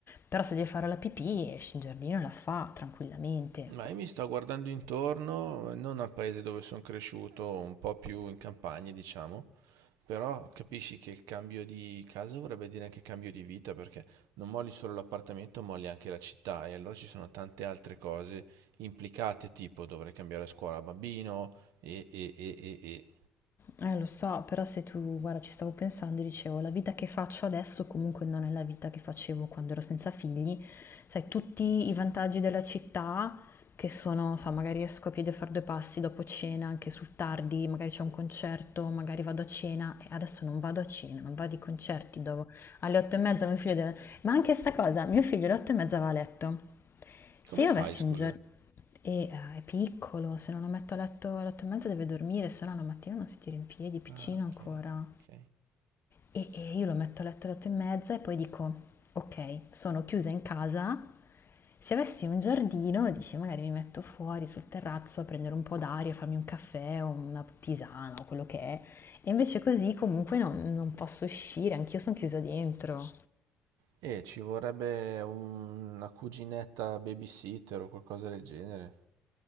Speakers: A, on the left; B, on the right.
A: Però se deve fare la pipì, esce in giardino e la fa tranquillamente.
B: Ma io mi sto guardando intorno, non al paese dove sono cresciuto, un po' più in campagna, diciamo, Però capisci che il cambio di casa vorrebbe dire anche cambio di vita, perché non molli solo l'appartamento, molli anche la città e allora ci sono tante altre cose implicate, tipo dovrei cambiare scuola bambino e, e, e, e, e.
A: Eh, lo so, però se tu, guarda, ci stavo pensando e dicevo, la vita che faccio adesso comunque non è la vita che facevo quando ero senza figli. Sai, tutti i vantaggi della città, che sono, so, magari esco a piedi a fare due passi dopo cena, anche sul tardi, magari c'è un concerto, magari vado a cena, e adesso non vado a cena, non vado ai concerti, devo- alle otto e mezza mio figlio deve... Ma anche sta cosa, mio figlio alle otto e mezza va a letto. Se
B: Come
A: io
B: fai,
A: avessi
B: scusa?
A: un giorno... E eh, è piccolo, se non lo metto a letto alle otto e mezza deve dormire, se no la mattina non si tira in piedi, è piccino
B: Ah, ok,
A: ancora.
B: ok.
A: E, e io lo metto a letto alle otto e mezza e poi dico, ok, sono chiusa in casa. Se avessi un giardino, dici, magari mi metto fuori sul terrazzo a prendere un po' d'aria, farmi un caffè o una tisana o quello che è. E invece così comunque non, non posso uscire, anch'io sono chiusa dentro.
B: E ci vorrebbe un- una cuginetta babysitter o qualcosa del genere.